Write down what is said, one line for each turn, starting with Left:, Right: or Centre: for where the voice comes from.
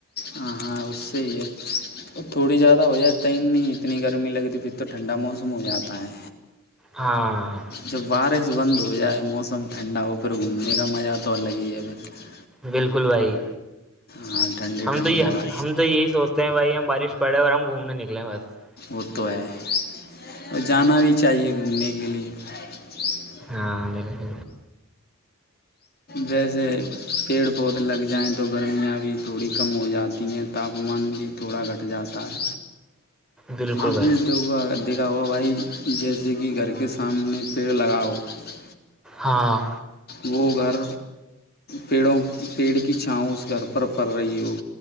Left: ہاں ہاں اس سے ہی ہے ہے <unintelligible> تھوڑی زیادہ ہو جاتا ہے ہی نہیں اتنی گرمی لگتی پھر تو ٹھنڈا موسم ہو جاتا ہے
Centre: ہاں
Left: جب بارش بند ہو جائے موسم ٹھنڈا ہو پھر گھومنے کا مزہ تو الگ ہی ہے بس
Centre: بالکل بھائی
Left: ہاں ٹھنڈی
Centre: ہم
Left: ٹھنڈی
Centre: تو یہ
Left: آواز
Centre: ہم تو یہی سوچتے ہیں بھائی ہم بارش پڑے اور ہم گھومنے نکلے ہیں بس <unintelligible>
Left: ہو تو ہے اور جانا بھی چاہیے گھومنے کے لیے <unintelligible>
Centre: ہاں بال ب
Left: ویسے پیڑ پودے لگ جائیں تو گرمیاں بھی تھوڑی کم ہو جاتی ہیں تاپمان بھی تھوڑا گھٹ جاتا ہے
Centre: بالکل
Left: آپ
Centre: بھائی
Left: نے دیکا دیکھا ہوا بھائی جیسے کہ گھر کے سامنے پیڑ لگاؤ <unintelligible>
Centre: ہاں <unintelligible>
Left: وہ گھر پیڑوں پیڑ کی <unintelligible> چاؤ اس گھر پر پڑ رہی ہو